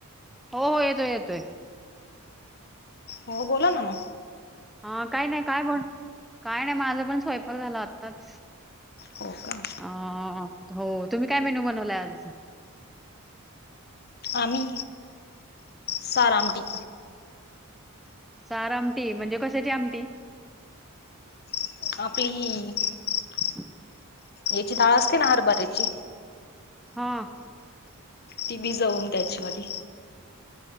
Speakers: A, in the centre; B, on the left.
A: हो, हो, येतोय येतोय.
B: हो, बोला ना ना.
A: हा काय नाही, काय बोल काय नाही? माझा पण स्वयंपाक झाला आत्ताचं.
B: हो का
A: अ हो, तुम्ही काय मेन्यू बनवला आज?
B: आम्ही सारआमटी.
A: सार आमटी म्हणजे कशाची आमटी?
B: आपली
A: <inaudible>
B: याची डाळ असते, ना हरभऱ्याची.
A: हा.
B: ती भिजवून त्याचीवाली.